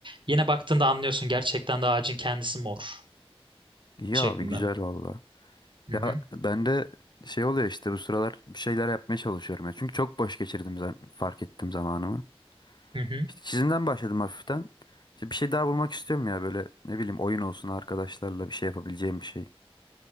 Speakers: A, on the right; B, on the left.
A: yine baktığında anlıyorsun gerçekten de ağacın kendisi mor
B: İyi
A: şeklinde.
B: abi güzel valla.
A: Hı
B: Ya
A: hı,
B: ben de şey oluyor işte bu sıralar bir şeyler yapmaya çalışıyorum ya. Çünkü çok boş geçirdim zan- fark ettim zamanımı.
A: hı hı.
B: İşte çizimden başladım hafiften. İşte bir şey daha bulmak istiyorum ya böyle ne bileyim oyun olsun arkadaşlarla bir şey yapabileceğim bir şey.